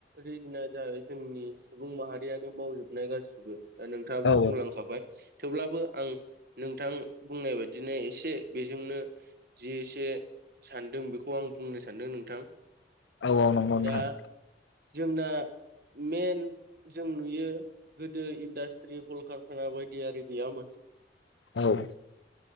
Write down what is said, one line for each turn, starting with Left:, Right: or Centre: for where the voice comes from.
Right: रिजोना जाबाय जोंनि सुबुं माहारियानो मावजोबनाय गासिबो ओ नोंथाङाबो
Left: औ
Right: बुंलांखाबाय थेवब्लाबो आं नोंथां बुंनाय बायदि दिनै एसे बेजोंनो जि एसे सान्दों बेखौ आं बुंनो सान्दों नोंथां।
Left: औ औ नांगौ नोंथां।
Right: दा जोंना मेन जों नुयो गोदो इन्डास्ट्रि कलकारखाना बायदि आरि गैयामोन
Left: औ